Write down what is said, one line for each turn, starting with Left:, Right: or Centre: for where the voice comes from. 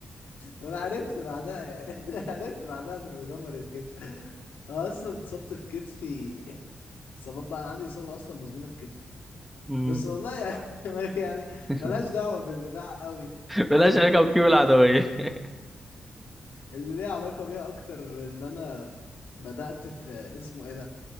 Left: وانا عرفت بعدها يعني <laughs> عرفت بعدها انه بيدمر الكتف أنا اصلا اتصبت في كتفي اصابات بقى انا عندي اصابه اصلا مزمنه في كتفي
Centre: مم.
Left: بس والله يعني <laughs> يعني
Centre: <laughs>
Left: ملهاش دعوه بالبتاع قوي
Centre: بلاش
Left: اقول لك
Centre: عليك وجيب
Left: انا
Centre: العدوية <laughs>
Left: اللي ليه علاقه بيها اكتر ان انا بدات في اسمه ايه ده